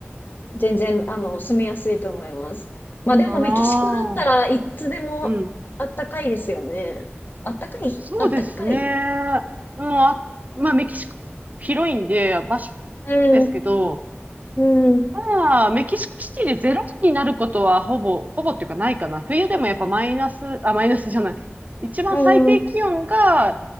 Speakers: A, on the left (about 50°); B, on the right (about 35°).
A: 全然、あの、住みやすいと思います。まあでも、
B: ああ、
A: メキシコだったらいつでもあったかいですよね。
B: うん。
A: あったかいあったかい
B: そうですね。もう、あ、まあ、メキシコ広いんで、場所
A: うん、
B: ですけど、
A: うん、
B: まあ、メキシコシティでゼロ度になることはほぼ、ほぼっていうかないかな。冬でもやっぱマイナス、あ、マイナスじゃない。一番最低気温が
A: うん、